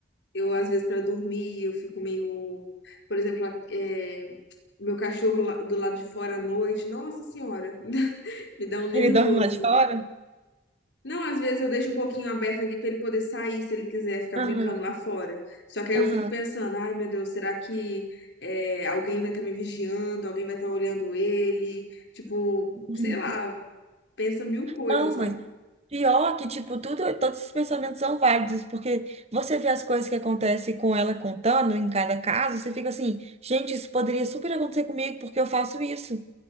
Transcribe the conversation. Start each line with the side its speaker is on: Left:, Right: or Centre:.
Left: eu às vezes para dormir, eu fico meio, por exemplo, a- é, meu cachorro lá- do lado de fora à noite, nossa senhora, <laughs> me dá um nervoso.
Right: Ele dorme lá de fora?
Left: Não, às vezes eu deixo um pouquinho aberto aqui para ele poder sair, se ele quiser ficar
Right: Aham,
Left: brincando lá fora. Só que aí
Right: aham.
Left: eu fico pensando, ai meu Deus, será que é, alguém vai estar me vigiando, alguém vai estar olhando ele? Tipo,
Right: uhum.
Left: sei lá, pensa mil coisas,
Right: Não,
Left: sabe?
Right: mas pior que, tipo, tudo, todos esses pensamentos são válidos, porque você vê as coisas que acontecem com ela contando em cada caso, você fica assim, gente, isso poderia super acontecer comigo porque eu faço isso.